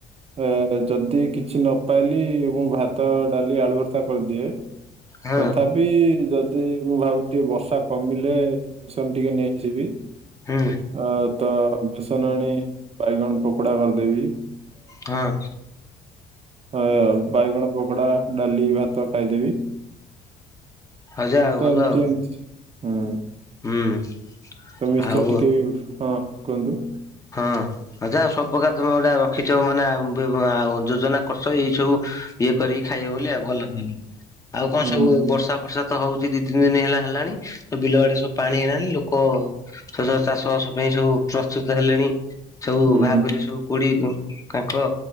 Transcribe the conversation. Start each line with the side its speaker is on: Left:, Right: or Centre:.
Right: ଅ ଯଦି କିଛି ନ ପାଇଲି ମୁଁ ଭାତ ଡାଲି ଆଳୁ ଭର୍ତା କରିଦିଏ।
Left: ହଁ
Right: ତଥାପି ଯଦି ମୁଁ ଭାବୁଛି ବର୍ଷା କମିଲେ ବେସନ ଟିକେ ନେଇକି ଯିବି।
Left: ହୁଁ।
Right: ଅ ତ ବେସନ ଆଣି ବାଇଗଣ ପକୋଡା କରଦେବି।
Left: ହାଁ।
Right: ହ ବାଇଗଣ ପକୋଡା ଡାଲି ଭାତ ଖାଇଦେବି।
Left: ହଉ ଯା ହଉ
Right: ତ
Left: ଭଲ
Right: ଏମତି
Left: ଆଉ
Right: ଏମତି ହୁଁ।
Left: ହୁଁ।
Right: ତ ମିଶ୍ଚର୍
Left: ଆଉ
Right: ଟିକେ ବି ହଁ କୁହନ୍ତୁ
Left: ହଁ। ଆଚ୍ଛା ଆଉ ସବୁପକାର ତମେ ଗୋଟାଏ ରଖିଚ ମାନେ ବେ ବ ଆଉ ଯୋଜନା କରଚ ଏଇ ସବୁ ଇଏ କରିକି ଖାଇବ ବୋଲି ଆଉ ଭଲ ଭଲ। ଆଉ କଣ
Right: ହୁଁ
Left: ସବୁ ବର୍ଷା ଫର୍ଷା ତ ହଉଚି ଦି ତିନି ଦିନି ହେଲା ହେଲାଣି। ସବୁ ବିଲ ଆଡେ଼ ସବୁ ପାଣି ହେଲାଣି ଲୋକ ଚାଷବାସ ପାଇଁ ସବୁ ପ୍ରସ୍ତୁତ୍ ହେଲେଣି ସବୁ
Right: ହୁଁ
Left: ବାହାର କରିବେ ସବୁ କୋଡିଏ ଗୁ କାଙ୍କଁ